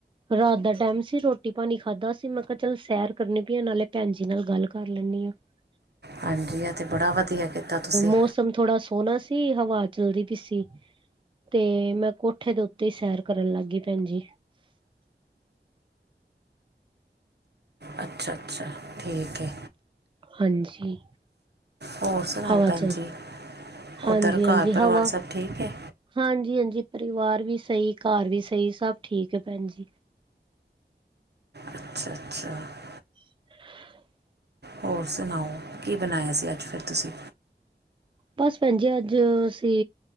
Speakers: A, on the right (about 30°); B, on the right (about 75°).
A: ਰਾਤ ਦਾ ਟਾਈਮ ਸੀ, ਰੋਟੀ-ਪਾਣੀ ਖਾਧਾ ਸੀ, ਮੈਂ ਕਿਹਾ ਚੱਲ ਸੈਰ ਕਰਨੀ ਪਈਂ ਆ, ਨਾਲੇ ਭੈਣ ਜੀ ਨਾਲ ਗੱਲ ਕਰ ਲੈਂਨੀ ਆ। <unintelligible>
B: ਹਾਂਜੀ, ਐ ਤੇ ਬੜਾ ਵਧੀਆ ਕੀਤਾ ਤੁਸੀਂ।
A: ਮੌਸਮ ਥੋੜਾ ਸੋਹਣਾ ਸੀ, ਹਵਾ ਚੱਲਦੀ ਪੀ ਸੀ। ਤੇ, ਮੈਂ ਕੋਠੇ ਦੇ ਉੱਤੇ ਈ ਸੈਰ ਕਰਨ ਲੱਗਗੀ, ਭੈਣ ਜੀ।
B: ਅੱਛਾ-ਅੱਛਾ, ਠੀਕ ਏ।
A: ਹਾਂਜੀ।
B: ਹੋਰ ਸੁਣਾਓ
A: ਹਵਾ
B: ਭੈਣ
A: ਚੱਲ
B: ਜੀ,
A: ਹਾਂਜੀ
B: ਉੱਧਰ
A: ਹਾਂਜੀ
B: ਘਰ-ਪਰਿਵਾਰ
A: ਹਵਾ
B: ਸਭ ਠੀਕ ਏ?
A: ਹਾਂਜੀ-ਹਾਂਜੀ, ਪਰਿਵਾਰ ਵੀ ਸਹੀ, ਘਰ ਵੀ ਸਹੀ, ਸਭ ਠੀਕ ਆ ਭੈਣ ਜੀ।
B: ਅੱਛਾ-ਅੱਛਾ।
A: <inaudible>
B: ਹੋਰ ਸੁਣਾਓ, ਕੀ ਬਣਾਇਆ ਸੀ ਅੱਜ ਫਿਰ ਤੁਸੀਂ?
A: ਬਸ ਭੈਣ ਜੀ, ਅੱਜ ਅਸੀਂ